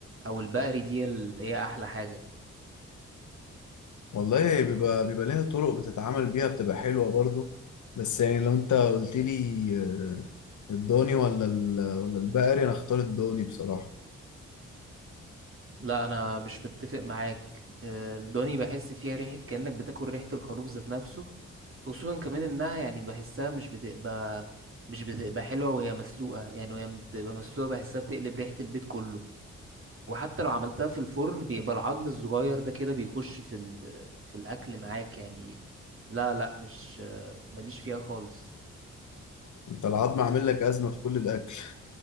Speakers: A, on the right; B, on the left.
A: او البقري دي اللي هي احلى حاجه
B: والله هي بيبقى بيبقى ليها طرق بتتعمل بيها بتبقى حلوه برضو بس يعني لو انت قلت لي آه، الضاني ولا ال- ولا البقري انا اختار الضاني بصراحه
A: لا انا مش متفق معاك أه الضاني بحس فيها ريحه كانك بتاكل ريحه الخروف ذات نفسه خصوصا كمان انها يعني بحسها مش بتبقى مش بتبقى حلوة وهي مسلوقة يعني وهي بتبقى مسلوقة بحسها بتقلب ريحة البيت كله وحتى لو عملتها في الفرن بيبقى العظم الصغير ده كده بيخش في ال... في الأكل معاك يعني لا لا مش ماليش فيها خالص
B: انت العظم عامل لك ازمه في كل الاكل